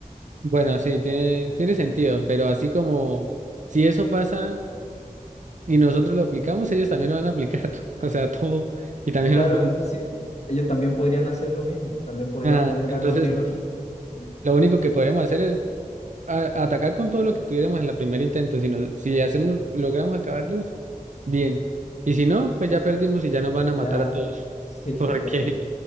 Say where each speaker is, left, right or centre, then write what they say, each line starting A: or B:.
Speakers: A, on the right; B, on the left.
A: Bueno, sí, tiene, tiene sentido, pero así como si eso pasa y nosotros lo aplicamos, ellos también lo van a aplicar. <laughs> O sea, todo. Y también
B: Claro,
A: los van
B: es- sí, pues, ellos también podrían hacer lo mismo, también podrían
A: a-
B: tener
A: entonces,
B: armas biológicas. Sí,
A: lo único que podríamos hacer es a- atacar con todo lo que tuviéramos en la primera intento, sino si hacemos, logramos acabarlos, bien. Y si no, pues ya perdimos y ya nos van a
B: Ya,
A: matar a todos. <laughs>
B: sí, <laughs>
A: Porque,
B: ya,